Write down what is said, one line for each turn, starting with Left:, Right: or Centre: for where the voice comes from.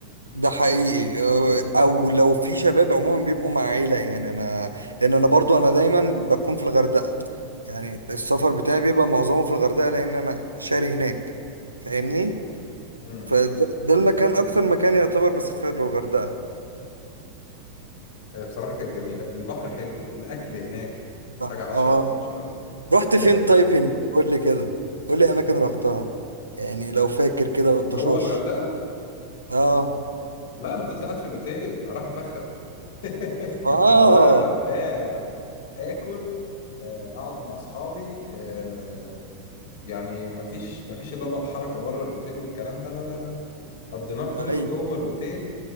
Right: ده حقيقي أه، او لو في شباب عموما بيبقوا مع عيله يعني انا لان انا برضو انا دايما بكون في الغردقه يعني السفر بتاعي بيبقى معظمه في الغردقه لان انا شاري هناك فاهمني
Left: امم
Right: فده ده المكان اكتر مكان يعتبر بسافر له الغردقه
Left: هي بصراحة كانت جميلة البحر حلو الاكل هناك حاجة
Right: اه
Left: عشرة
Right: آه.
Left: على عشرة
Right: رحت فين
Left: آه،
Right: طيب هنا قول لي كده قول لي اماكن رحتها يعني لو فاكر كده والطشاش
Left: جوه الغردقة
Right: اه
Left: لا انا فضلت قاعد في الاوتيل رايح افخد <laughs>
Right: اه
Left: انا رايح ارتاح اكل آه، اقعد مع اصحابي آه، يعني مفيش مفيش اللي هو بقى حركه بره الاوتيل والكلام ده لا لا لا لا قضيناه كله
Right: ايوه
Left: جوه الاوتيل